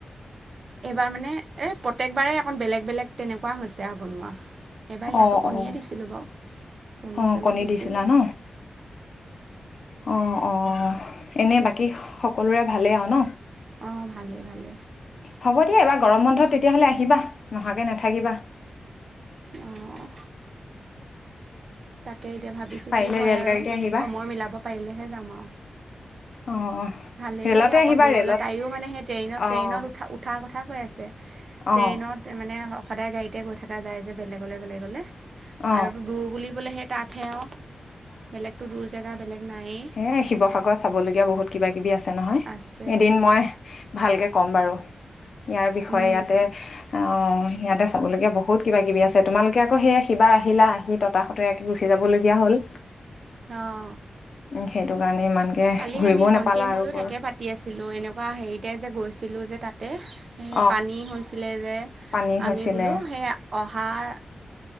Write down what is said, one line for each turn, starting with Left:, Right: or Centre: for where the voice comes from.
Right: এইবাৰ মানে এই প্ৰত্যেকবাৰেই অকন বেলেগ বেলেগ তেনেকুৱা হৈছে আৰু বনোৱা এবাৰ ইয়াতো
Left: অ',
Right: কণীয়ে
Left: অ',
Right: দিছিলোঁ বাৰু
Left: অ
Right: চণী
Left: কণী
Right: দিছিলোঁ।
Left: দিছিলা ন অ অঁ এনেই বাকী সকলোৰে ভালেই আৰু ন।
Right: অঁ ভালেই ভালেই
Left: হব দিয়া এইবাৰ গৰম বন্ধত তেতিয়াহলে আহিবা। নহাকে নাথাকিবা।
Right: অঁ তাকে এতিয়া ভাবিছোঁ
Left: পাৰিলে
Right: কি হয়
Left: ৰেল
Right: আৰু
Left: গাড়ীতে আহিবা
Right: সময় মিলাব পাৰিলেহে যাম আও
Left: অ',
Right: ভালেই
Left: ৰে'লতে
Right: লাগে অকণ
Left: আহিবা
Right: দূৰলৈ
Left: ৰে'লত
Right: তাইও মানে সেই ট্ৰেইনত
Left: অ',
Right: ট্ৰেইনত উ উঠাৰ কথা কৈ আছে ট্ৰেইনত
Left: অ',
Right: মানে সদায় গাড়ীতে গৈ থকা যায় যে বেলেগলে বেলেগলে
Left: অ
Right: আৰুতো দূৰ বুলিবলে সেই তাতহে আৰু বেলেগতো দূৰ জেগা বেলেগ নায়েই
Left: এ শিৱসাগৰত চাবলগীয়া বহুত কিবা কিবি আছে নহয়
Right: আছে
Left: এদিন মই ভালকে কম বাৰু ইয়াৰ বিষয়ে
Right: উম
Left: ইয়াতে অ অ সিয়াঁতে চাবলগে বহুত কিবা কিবি আছে তোমালোকে আকৌ সেইয়া কিবা আহিলা আহি তাসতিযাকে গুচি যাব যাব লগিয়া হল
Right: অহ
Left: উম সেইটো কাৰণে ইমানকে
Right: কালি
Left: ঘূৰিবও
Right: আমি ভন্টি
Left: নাপালা আৰু
Right: ময়ো
Left: বৰ
Right: তাকে পাতি আছিলো এনেকুৱা হেৰিতে যে গৈছিলো যে তাত
Left: <inaudible>
Right: পানী হৈছিলে যে
Left: পানী হৈছিলে
Right: আমি বোলো সেই অহাৰ